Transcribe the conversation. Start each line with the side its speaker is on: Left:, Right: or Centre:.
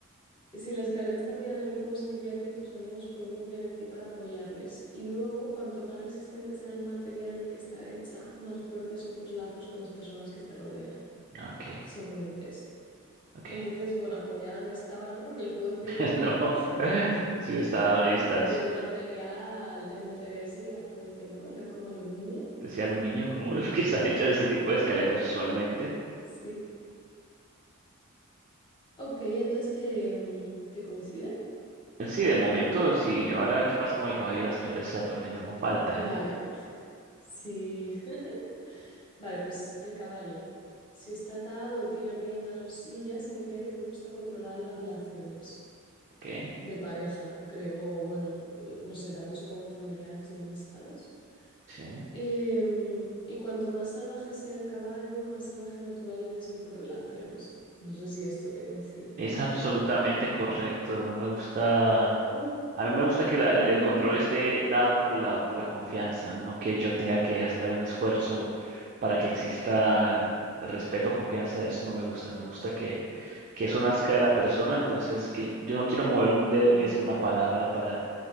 Left: Si la escalera está apoyada en el cubo, significa que tus amigos pueden confiar en ti para apoyarles. Y luego, cuanto más resistente sea el material del que está hecha, más fuertes son tus lazos con las personas que te rodean,
Right: Ok.
Left: según el test.
Right: Ok,
Left: Entonces, bueno, apoyada no estaba, ¿no? Porque el cubo es pequeñito,
Right: <laughs> no,
Left: <laughs>
Right: <laughs> sí está a una distancia.
Left: pero el material, el material sí que era fuerte, ¿no? Era como aluminio.
Right: Ese aluminio, como <laughs> de lo que están hechas ese tipo de escaleras usualmente.
Left: Sí. Ok, entonces te, mm, te coincide.
Right: Sí, de momento, sí. Ahora, ¿qué pasa con el caballo y las flores y la tormenta? Aún falta,
Left: Vale.
Right: ¿eh?
Left: Sí. <laughs> Vale, pues el caballo. Si está atado o tiene riendas o sillas, significa que te gusta controlar las relaciones
Right: Ok,
Left: de pareja, creo, o bueno, no sé, también supongo que familiares y amistades.
Right: sí.
Left: Em, y cuanto más salvaje sea el caballo, más salvaje y natural eres en tus relaciones. No sé si esto te coincide.
Right: Es absolutamente correcto. No me gusta.
Left: Uh.
Right: A mí me gusta que la-
Left: <laughs>
Right: el control esté dado por la, por la confianza, no que yo tenga que hacer algún esfuerzo para que exista respeto, confianza, eso no me gusta. Me gusta que, que eso nazca de la persona, entonces que yo no quiero mover un dedo
Left: Ujú,
Right: ni decir una palabra para,